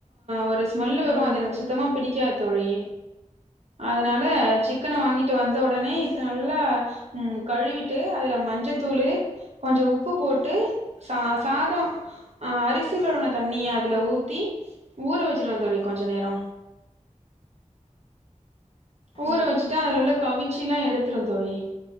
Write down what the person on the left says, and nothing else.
ம்
ம்
ம் ம்